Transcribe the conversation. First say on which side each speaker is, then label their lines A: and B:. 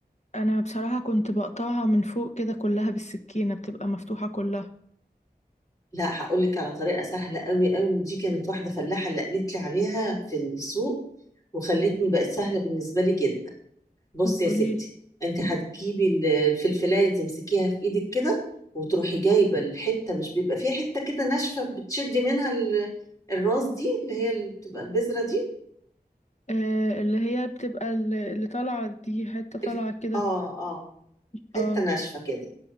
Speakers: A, on the left (about 45°); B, on the left (about 20°).
A: انا بصراحة كنت بقطعها من فوق كده كلها بالسكينة بتبقى مفتوحة كلها
B: لا هقول لك على طريقه سهله قوي قوي ودي كانت واحده فلاحه اللي قالت لي عليها في السوق وخلتني بقت سهله بالنسبه لي جدا بصي
A: طب قوليلي
B: يا ستي انت هتجيبي ال- الفلفلايه تمسكيها في ايدك كده وتروحي جايبه الحته مش بيبقى فيها حته كده ناشفه بتشدي منها ال- الراس دي اللي هي اللي بتبقى البذره دي
A: آه اللي هي بتبقى ال- اللي طالعة دي حتة طالعة
B: ال-
A: كده
B: اه اه
A: اه
B: حته ناشفه كده